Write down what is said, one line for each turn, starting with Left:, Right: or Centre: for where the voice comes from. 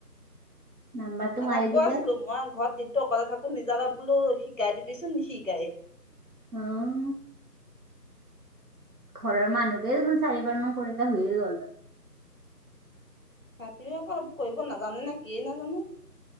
Right: নাম্বাৰটো মাৰি
Left: এটাক
Right: দিলে
Left: কৈ আছিলো মই ঘৰত দিনটো অকলে থাকো মোকো নিজানত বোলো শিকাই দিবিচোন নিশিকাই
Right: আহ। ঘৰৰ মানুহকেই চুন চাৰিবাৰ মান কৰিলে হৈয়ে গ'ল হয়।
Left: তাহঁতিও আকৌ সেইবো কৰিব নাজানে নে কিয়ে নাজানো।